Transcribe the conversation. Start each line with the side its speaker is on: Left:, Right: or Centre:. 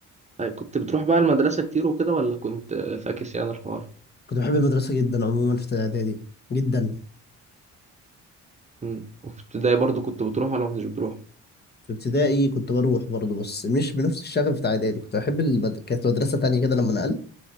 Right: أي كنت بتروح بقى المدرسة كتير وكده ولا كنت فاكس يعني الحوار
Left: كنت بحب المدرسة جدا عموما في إعدادي جدا
Right: مم. وفي ابتدائي برضو كنت بتروح ولا ما كنتش بتروح
Left: في ابتدائي كنت بروح برضه بس مش بنفس الشغف بتاع إعدادي كنت بحب المد... كانت مدرسة تانية كده لما نقلت